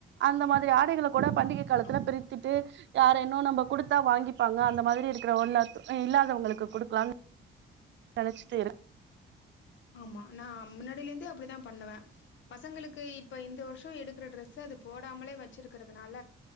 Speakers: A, on the right; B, on the left.
A: அந்த மாதிரி ஆடைகள கூட பண்டிகை காலத்துல
B: ஆமா
A: பிரித்திட்டு யார என்னோ நம்ம குடுத்தா வாங்கிப்பாங்க அந்த மாதிரி இருக்கிறவோ எல்லாத்து இ இல்லாதவுங்களுக்கு குடுக்கலான் நனைச்சிட்டே இரு
B: ஆமா நா முன்னாடியிலந்தே அப்படிதா பண்ணுவ பசங்களுக்கு இப்போ இந்த வருஷோ எடுக்கற ட்ரெஸ்ஸ அது போடாமலே வச்சுருக்கறதுனால